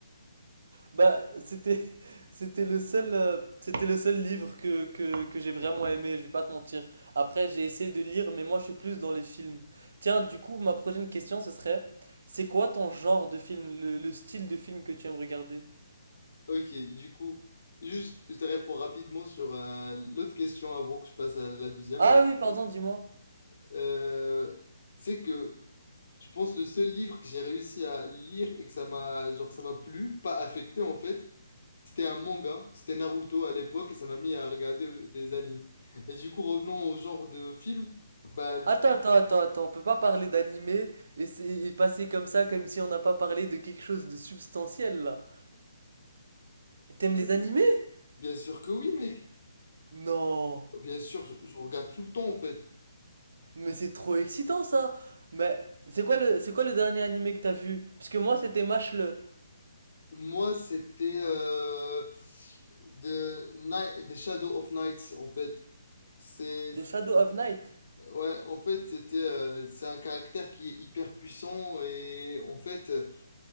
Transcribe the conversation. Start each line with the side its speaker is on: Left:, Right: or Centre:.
Right: Bah, c'était <laughs> c'était le seul euh, c'était le seul livre que que que j'ai vraiment aimé, je vais pas te mentir. Après, j'ai essayé de lire, mais moi je suis plus dans les films. Tiens, du coup, ma prochaine question ce serait, c'est quoi ton genre de film, le, le style de film que tu aimes regarder?
Left: Ok, du coup, juste, je te réponds rapidement sur euh, l'autre question avant que je passe à la deuxième.
Right: Ah
Left: ok.
Right: oui, pardon, dis-moi.
Left: Euh, c'est que je pense le seul livre que j'ai réussi à lire et que ça m'a, genre, ça m'a plu, pas affecté en fait, c'était un manga, c'était Naruto à l'époque et ça m'a mis à regarder euh, des animes. Et du coup, revenons au genre de film, bah,
Right: Attends, attends, attends, attends, on peut pas parler d'animé et, c'est- et passer comme ça, comme si on n'a pas parlé de quelque chose de substantiel là. T'aimes les animés?
Left: bien sûr que oui, mec.
Right: Non.
Left: Bien sûr, je, je regarde tout le temps en fait.
Right: Mais c'est trop excitant ça. Mais c'est quoi le, c'est quoi le dernier animé que t'as vu? Parce que moi c'était Mashle,
Left: Moi, c'était euh, The, Ni- The Shadow of Nights, en fait. C'est,
Right: de Shadow of Night.
Left: ouais, en fait, c'était, euh, c'est un caractère qui est hyper puissant et en fait, euh,